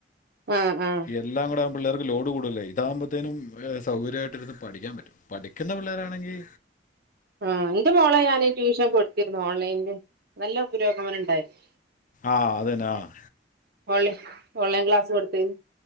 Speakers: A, on the right; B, on the left.
A: ആഹ് ആഹ്.
B: എല്ലാം കൂടാമ്പോ പിള്ളേര്ക്ക് ലോഡ് കൂടല്ലേ ഇതാമ്പത്തേനും സൗകര്യായിട്ട് ഇരുന്ന് പഠിക്കാൻ പറ്റും. പഠിക്കുന്ന പിള്ളേരാണെങ്കി
A: ആഹ് ഇന്റെ മോളെ ഞാന് ട്യൂഷൻ കൊടുത്തിരുന്നു ഓൺലൈനില് നല്ല പുരോഗമനംണ്ടായിരുന്നു.
B: ആഹ് അതന്നാ ആഹ്.
A: ഓളൈ ഓളൈൻ ക്ലാസ് കൊടുത്തിനു.